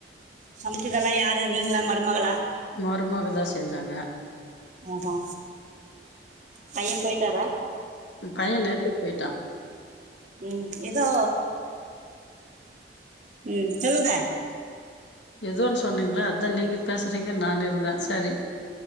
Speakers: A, on the right; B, on the left.
A: சமைச்சதெல்லா யாரு நீங்ளா மருமகளா
B: மருமகதா செஞ்சாங்க
A: ம் ஹூ பையன் போயிட்டாரா
B: ஏன் பையன் நேத்தே போய்ட்டா
A: ம் எதோ ம் சொல்லுங்க
B: எதோன் சொன்னீங்ல அதா நீங்க பேசுறீங்கன் நானிருந்தே சரி